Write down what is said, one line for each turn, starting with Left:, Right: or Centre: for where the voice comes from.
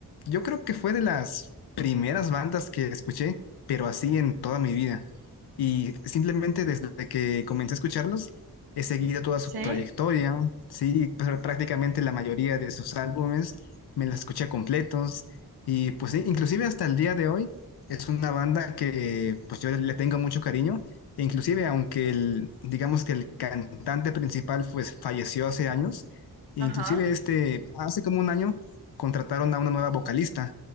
Left: Yo creo que fue de las primeras bandas que escuché, pero así en toda mi vida. Y simplemente desde que comencé a escucharlos, he seguido toda su
Right: Sí.
Left: trayectoria,
Right: Sí,
Left: sí, pr- prácticamente la mayoría de sus álbumes me los escuché completos. Y pues sí, inclusive hasta el día de hoy es una banda que pues yo le tengo mucho cariño. E inclusive aunque el, digamos que el cantante principal pues falleció hace años, Inclusive
Right: ajá.
Left: este, hace como un año contrataron a una nueva vocalista.